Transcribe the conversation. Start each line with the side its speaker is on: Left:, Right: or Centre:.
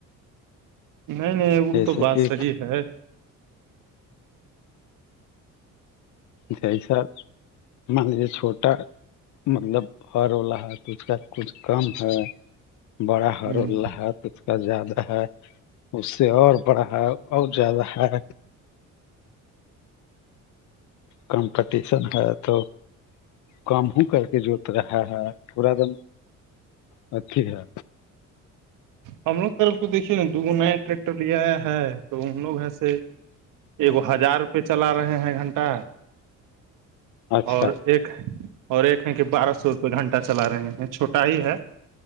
Right: نہیں نہیں وہ
Left: جیسے
Right: تو بات
Left: کہ
Right: صحیح ہے
Left: جیسا مان لییے چھوٹا مطلب ہر واللا ہات اسچ کا کچھ کم ہے بڑا ہرلہحت
Right: ہ ہ
Left: اس کا زیادہ ہے اس سے اور بڑا ہے اور زیادہ ہے کمپٹیشن ہے تو کام ہ کر کے جو گر ہ پورادن مد ہے
Right: ہم لوگ طرف تو دیکھیے نا دوگ نیا ٹریکٹر لے آیا ہے تو ان لوگ ایسے ایکو ہزار روپے چلا رہے ہیں گھنٹہ
Left: اچھا
Right: اور ایک اور ایک ہے کہ بارہ سو روپئے گھنٹہ چلا رہے ہیں چھوٹا ہی ہے